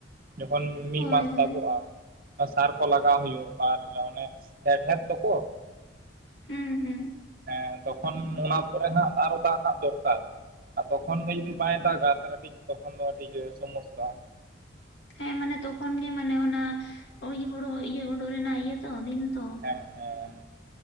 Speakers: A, on the right; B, on the left.
A: ᱡᱚᱠᱷᱚᱱ ᱢᱤᱫ
B: ᱦᱳᱭ
A: ᱢᱟᱥ
B: ᱦᱳᱭ
A: ᱛᱟᱵᱚᱜᱼᱟ᱾ ᱟ ᱥᱟᱨ ᱠᱚ ᱞᱟᱜᱟᱣ ᱦᱩᱭᱩᱜ ᱟᱨ ᱚᱱᱮ ᱦᱮᱲᱦᱮᱫ ᱫᱚᱠᱚ᱾
B: ᱦᱩᱸ ᱦᱩᱸ
A: ᱦᱮᱸ ᱛᱚᱠᱷᱚᱱ ᱚᱱᱟ ᱯᱚᱨᱮ ᱦᱟᱸᱜ ᱟᱨᱚ ᱫᱟᱜ ᱫᱟᱜ ᱦᱟᱸᱜ ᱫᱚᱨᱠᱟᱨ᱾ ᱟᱨ ᱛᱚᱠᱷᱚᱱ ᱜᱮ ᱡᱚᱫᱤ ᱵᱟᱭ ᱫᱟᱜᱟ <unintelligible> ᱠᱟᱹᱴᱤᱡ ᱛᱚᱠᱷᱚᱱ ᱫᱚ ᱠᱟᱹᱴᱤᱡ ᱥᱚᱢᱚᱥᱥᱟ-ᱟ᱾
B: ᱦᱮᱸ ᱢᱟᱱᱮ ᱛᱚᱠᱷᱚᱱ ᱜᱮ ᱢᱟᱱᱮ ᱚᱱᱟ ᱤᱭᱟᱹ ᱦᱩᱲᱩ ᱤᱭᱟᱹ ᱩᱰᱩᱜ ᱨᱮᱱᱟᱜ ᱤᱭᱟᱹ ᱛᱚ ᱫᱤᱱ᱾ ᱛᱚ
A: ᱦᱮᱸ᱾ ᱦᱮᱸ